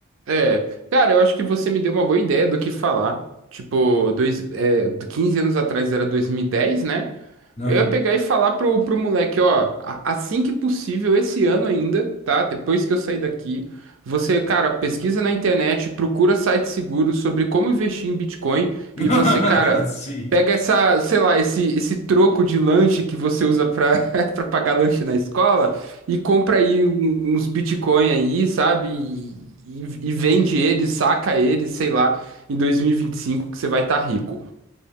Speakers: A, on the right; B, on the left.
A: É, cara, eu acho que você me deu uma boa ideia do que falar. Tipo, dois, é, do 15 anos atrás era dois mil e dez né?
B: Aham.
A: Eu ia pegar e falar pro, pro moleque, ó, a- assim que possível, esse ano ainda, tá? Depois que eu sair daqui, você, cara, pesquisa na internet, procura sites seguros sobre como investir em Bitcoin
B: <laughs>
A: e você, cara,
B: Sim.
A: pega essa, sei lá, esse, esse troco de lanche que você usa pra, <laughs> pra pagar lanche na escola e compra aí um- uns Bitcoin aí, sabe? E, e- e vende eles, saca eles, sei lá, em 2025 que você vai estar rico.